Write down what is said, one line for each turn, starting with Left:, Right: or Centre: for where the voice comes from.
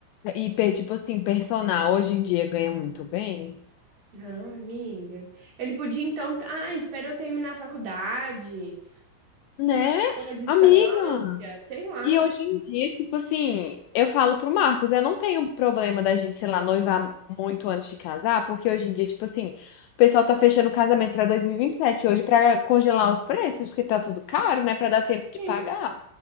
Left: E, pe- tipo assim, personal hoje em dia ganha muito bem,
Right: Não, amiga. Ele podia então. Ah, espera eu terminar a faculdade.
Left: né?
Right: Por a distância,
Left: Amiga,
Right: sei lá.
Left: E hoje em dia, tipo assim, eu falo pro Marcos, eu não tenho problema da gente, sei lá, noivar muito antes de casar, porque hoje em dia, tipo assim, o pessoal tá fechando o casamento pra 2027 hoje pra congelar os preços, porque tá tudo caro, né, pra dar tempo de
Right: Sim.
Left: pagar.